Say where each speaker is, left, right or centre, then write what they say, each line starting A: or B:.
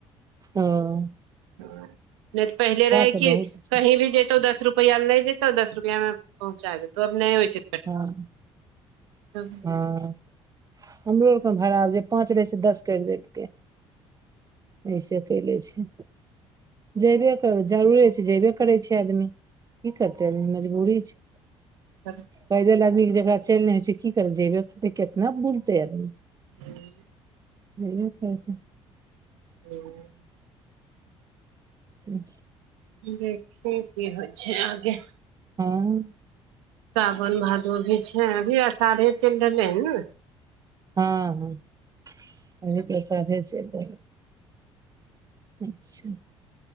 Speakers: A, on the right; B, on the right.
A: हूंम्म
B: नहि तऽ पहिले रहै
A: तऽ
B: कि
A: बहुत छै
B: कहीं भी जैतौ दस रुप रुपैआ मे ले जेतौ दस रुपआ मे पहुँचा देतौ अब नहि होइ छै
A: हँ
B: तब
A: हँ हमरो आरकेन भारा जे पांच रहे छै दस कर देके एहिसे कयले छै जेयबे करब जरूरे छै जेयबे करै छै आदमी की करतै आदमी मजबूरी छै
B: ह <inaudible>
A: पैदल आदमी के जकरा चलि नहि होइ छै की कर जेबे केितना बुलतै आदमी
B: हूंम्म
A: <unintelligible> कैस
B: हूंम्म
A: से <inaudible>
B: देखि की होइ छै आगे
A: हँ
B: सावन भादो भी छै अभी अषाढ़े चलि रहलै हन ने
A: हँ हँ कनि पैसा हो छै त अच्छा